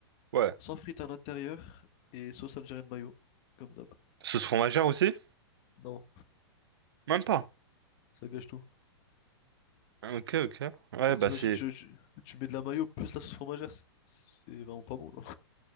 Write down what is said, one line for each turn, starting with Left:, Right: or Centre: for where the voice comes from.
Right: Ouais.
Left: sans frites à l'intérieur et sauce algérienne mayo, comme d'hab.
Right: Sauce fromagère aussi?
Left: Non,
Right: Même pas.
Left: ça gâche tout.
Right: Ah, Ok, ok. Ouais,
Left: Bah,
Right: bah
Left: T'imagines,
Right: c'est...
Left: tu, tu, tu mets de la mayo plus la sauce fromagère, c'est c'est vraiment pas bon, genre.